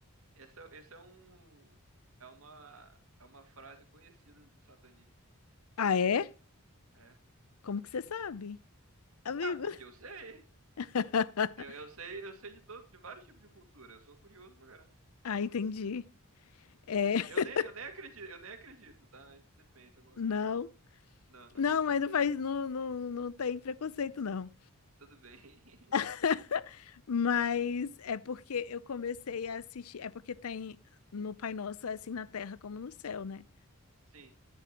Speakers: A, on the right; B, on the left.
A: Esse é, esse é um. É uma, é uma frase conhecida do satanismo.
B: Ah, é?
A: É.
B: Como que você sabe? Amigo.
A: Ah, porque eu sei.
B: <laughs>
A: Eu, eu sei, eu sei de todo, de vários tipos de cultura. Eu sou curioso pra caramba.
B: Ah, entendi. É, <laughs>
A: Eu nem, eu nem acredito, eu nem acredito, tá? Você pensa alguma
B: não.
A: coisa. Não, não
B: Não,
A: acredito.
B: mas não faz, não, não, não tem preconceito, não.
A: Tudo bem.
B: <laughs>
A: <laughs>
B: Mas é porque eu comecei a assistir. É porque tem no Pai Nosso, é assim na terra como no céu, né?
A: Sim,